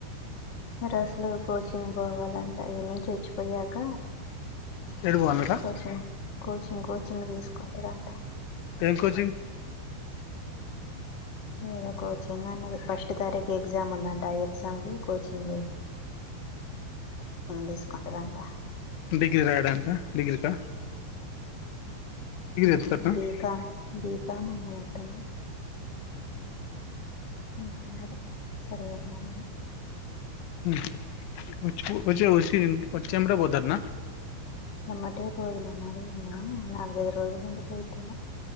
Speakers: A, on the left (about 50°); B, on the left (about 80°).
A: మీరు అసలు కోచింగ్ పోవాలంట ఎన్నించి వచ్చిపోయాక
B: ఏడికి పోవాలట
A: కోచింగ్ కోచింగ్ కోచింగ్ తీసుకుంటాడు అంటా
B: ఏం కోచింగ్
A: లేదా కోచింగ్ అన్నది ఫస్ట్ తారీఖ ఎగ్జామ్ ఉందంట ఆ ఎగ్జామ్ కి కోచింగ్ చింగు తీసుకుంటదంట
B: డిగ్రీ రాయడానీకా డిగ్రీ కా
A: ఉహు
B: ఎత్తట్నా
A: బి కామ్ బి బమాండ ట్టంగా ఆ సరే నా అండి
B: హ్మ్ వచ్చే వచ్చే వచ్చే ఏమంటే పోతర్న
A: ఎమాటే పోదులే మారి నే నాలుగైదు రోజులు ఉండి పోయిది ఏమో